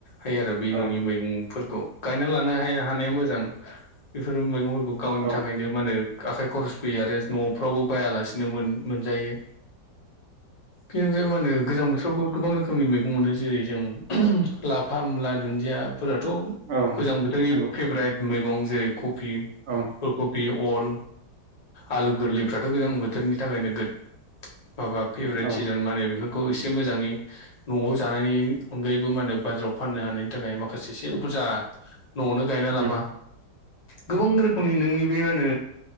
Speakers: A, on the left; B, on the right.
A: हायो आरो बे
B: औ
A: न'नि मैगंफोर खौ गायना लानो हाया हानाया मोजां बेफोर मैगंफोरखौ गावनि
B: औ
A: थाखायनो मानो आखाइ खरस फैयो आरो न'फ्रावबो बायालासिनो मोनजायो। बे मान होन गोजां बो गोबां रोखोमनि मैगं मोनो। जेरै जों लाफा मुला दुन्दिया फोराथ'
B: औ
A: गोजां बोथोरनि
B: नंगौ
A: फेभरेट मैगं जेरै कबि
B: औ
A: फुल कबि अल आलु गोरलैफ्राथ' गोजां बोथोरनि थाखायनो गोद माबा फेभारेट
B: औ
A: सिजोन मान होन बेफोरखौ सि एसे मोजाङै न'आव जानायनि अनगायैबो मा होनो बाजाराव फाननो हानायनि थाखाय माखासे एसे बुरजा न'आवनो गायना लाबा
B: उम
A: गोबां रोखोमनि नोंनि बे मा होनो